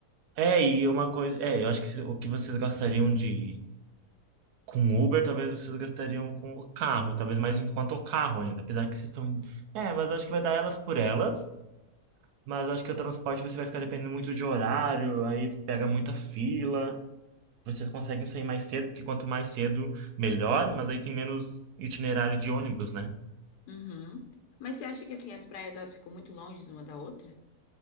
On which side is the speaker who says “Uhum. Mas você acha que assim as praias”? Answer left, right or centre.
Left